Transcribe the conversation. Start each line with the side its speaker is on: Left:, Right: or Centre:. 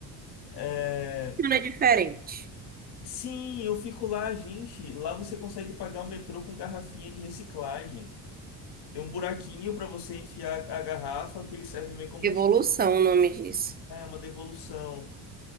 Left: é,
Right: Não é diferente.
Left: Sim, eu fico lá, gente. Lá você consegue pagar o metrô com garrafinha de reciclagem. Tem um buraquinho para você enfiar a garrafa que ele serve meio como
Right: Evolução,
Left: um...
Right: o nome disso.
Left: É uma devolução.